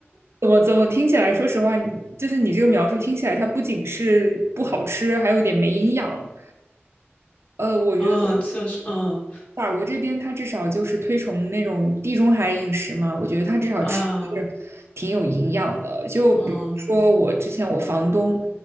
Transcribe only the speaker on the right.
怎么怎么听起来，说实话，你就是你这个描述听起来，它不仅是不好吃，还有点没营养。呃，我觉得
法国这边它至少就是推崇那种地中海饮食嘛，我觉得它至少吃的是挺有营养的。
就比如说我之前我房东，